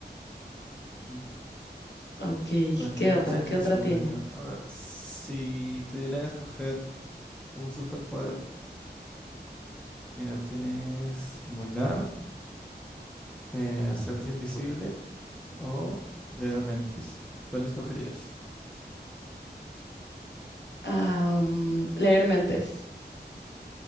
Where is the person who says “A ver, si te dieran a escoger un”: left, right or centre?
Centre